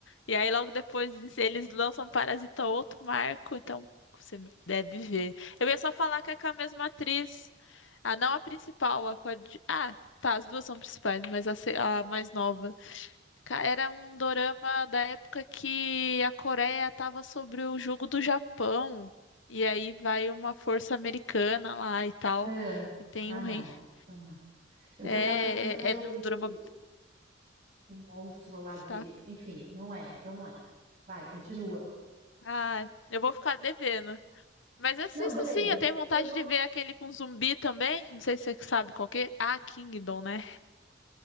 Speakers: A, on the left; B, on the right.
A: e aí logo depois eles lançam Parasita outro marco, então você deve ver. Eu ia só falar que é com a mesma atriz, a não a principal, a coadju... Ah, tá, as duas são principais, mas a, se- a mais nova. Ca- Era um dorama da época que a Coreia estava sobre o jugo do Japão. E aí vai uma força americana lá e tal.
B: Ah,
A: E tem
B: ah,
A: um
B: não.
A: rei.
B: Então não é. Eu
A: É,
B: já estava pensando que
A: é,
B: era
A: é
B: o, o,
A: um drama.
B: o monstro lá
A: Está...
B: de. Enfim, não é, então não é. Vai, continua.
A: Ah, eu vou ficar devendo. Mas assisto
B: Não, beleza.
A: sim, eu tenho vontade
B: Eu vou.
A: de ver aquele com zumbi também. Não sei se você sabe qual que é. Ah, Kingdom, né?